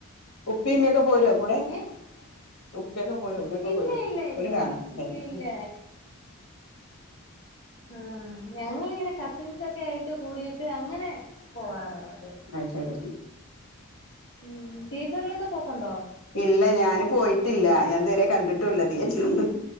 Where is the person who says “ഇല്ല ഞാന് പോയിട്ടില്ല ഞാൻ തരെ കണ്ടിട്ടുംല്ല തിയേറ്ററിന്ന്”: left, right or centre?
Left